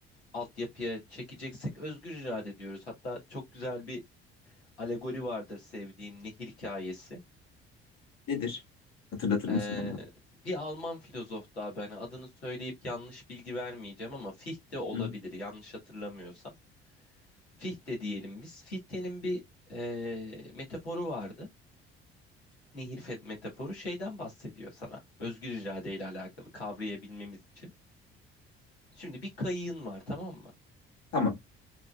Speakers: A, on the left; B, on the left.
A: altyapıya çekeceksek özgür irade diyoruz. Hatta çok güzel bir alegori vardır sevdiğim nehir hikayesi.
B: Nedir? Hatırlatır mısın
A: Ee,
B: bana?
A: bir Alman filozof daha ben adını söyleyip yanlış bilgi vermeyeceğim ama Fichte olabilir
B: Hı.
A: yanlış hatırlamıyorsam. Fichte diyelim biz. Fichte'nin bir e, metaforu vardı. Nehir fe- metaforu şeyden bahsediyor sana. Özgür irade ile alakalı kavrayabilmemiz için. Şimdi bir kayığın var tamam mı?
B: Tamam.